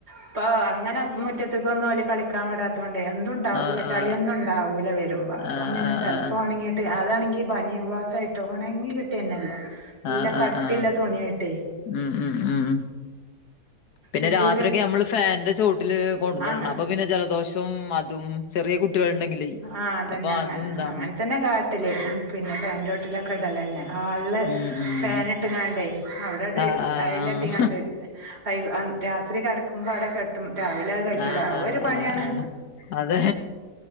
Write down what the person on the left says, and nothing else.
ആഹ്
ആഹ്
ആഹ്
ആഹ്
ആഹ്
ആഹ്
ആഹ് ആഹ്
ഉം ഉം ഉം പിന്നെ
രാത്രിയൊക്കെ നമ്മള് ഫാന്റെ ചോട്ടില് കൊണ്ടുന്നിട്ടിടണം
അപ്പൊ പിന്നെ ജലദോഷം അതും ചെറിയ കുട്ടികളുണ്ടെങ്കിലേ
അപ്പൊ
അതും ഇതാണ്
ഉം ഉം
ആഹ് ആഹ്
ആഹ്
ആഹ് ആഹ്
ആഹ് ആഹ് അതെ